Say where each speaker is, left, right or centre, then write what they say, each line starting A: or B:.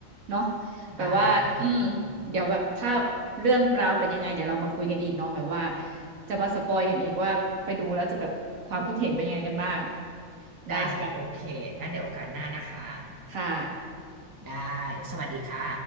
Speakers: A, on the right; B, on the right.
A: เนาะ
B: ได้ได้
A: แบบว่าอืมเดี๋ยวแบบถ้าเรื่องราวเป็นยังไงเดี๋ยวเรามาคุยกันอีกเนาะแบบว่าจะมาสปอยกันอีกว่าไปดูแล้วจะแบบความคิดเห็นเป็นยังไงกันบ้างได้ค่ะ
B: ได้โอเคงั้นเดี๋ยวโอกาสหน้านะคะ
A: ค่ะ
B: ได้สวัสดีค่ะ